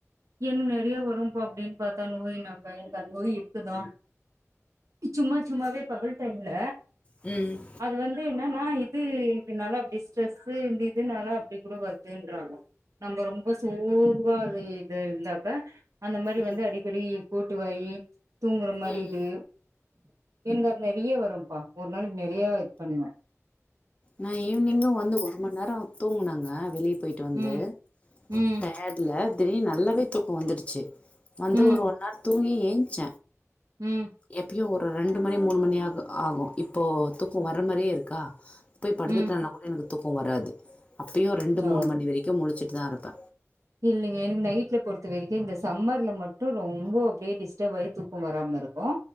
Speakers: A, on the right; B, on the left.
A: என் நெறையா வரும்ப்பா அப்டின்னு பாத்தா நோயினாக்கா எனக்கு அது நோய் இருக்குதா சும்மா சும்மாவே பகல் டைம்ல
B: ம்
A: அது வந்து என்னன்னா இது இருக்கனால அப்டி ஸ்ட்ரெஸ்ஸு இந்த இதுனால அப்டி கூட வருதுன்றாங்கோ நம்ப ரொம்ப சோர்வால இது இருந்தாக்க அந்த மாரி
B: ம்
A: வந்து அடிக்கடி போட்டுவாயி தூங்குற மாரி
B: ம்
A: இது எனக்கு அது நெறையா வரும்ப்பா ஒரு நாளைக்கு நெறையா இது பண்ணுவ
B: நா ஈவினிங்கும் வந்து ஒரு மண்நேர தூங்குனங்க வெளியே போயிட்டு வந்து
A: ம் ம்
B: டயட் ல திடீர்னு நல்லாவே தூக்கம் வந்துடுச்சு வந்து
A: ம்
B: ஒரு ஒன்னார் தூங்கி ஏந்ச்ச
A: ம்
B: எப்பயும் ஒரு ரெண்டு மணி மூணு மணியாது ஆகு இப் போ தூக்கம்
A: ம்
B: வர்ற மாரியே இருக்கா போய் படுத்துட்டேனா
A: ம்
B: கூட எனக்கு தூக்கம் வராது அப்பயு ரெண்டு
A: ஓ
B: மூணு மணி வரைக்கும் முழுச்சிட்டு தா இருப்ப
A: இல்லீங்க எனக்கு நைட்ல பொறுத்த வரைக்கு இந்த சம்மர்ல மட்டு ரொம்ப அப்டியே டிஸ்டர்ப் ஆயி தூக்கம் வராம இருக் கு